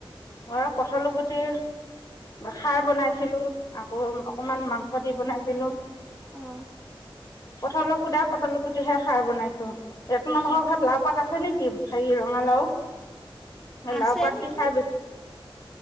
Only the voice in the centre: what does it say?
অ
অ
অ
আছে
নেকি